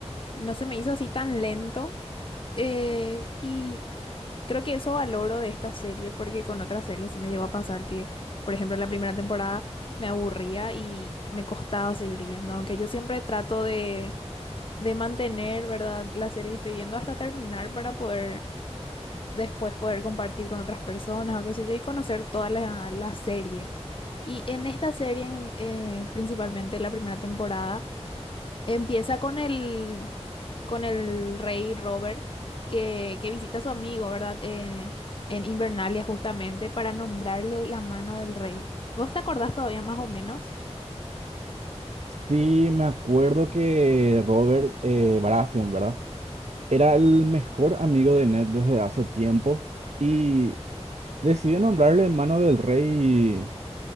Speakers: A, on the left (about 50°); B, on the right (about 75°).
A: no se me hizo así tan lento. Eh, y Creo que eso valoro de esta serie, porque con otras series sí me llegó a pasar que, por ejemplo, la primera temporada me aburría y me costaba seguir viendo, aunque yo siempre trato de, de mantener, ¿verdad?, la serie que estoy viendo hasta terminar para poder después poder compartir con otras personas o qué sé yo y conocer toda la, la serie. Y en esta serie, en- eh, principalmente la primera temporada, Empieza con el, con el rey Robert que, que visita a su amigo, ¿verdad? Eh, en Invernalia justamente para nombrarle la mano del rey. ¿Vos te acordás todavía más o menos?
B: Sí, me acuerdo que Robert eh, Baratheon, ¿verdad? Era el mejor amigo de Ned desde hace tiempo y decide nombrarle mano del rey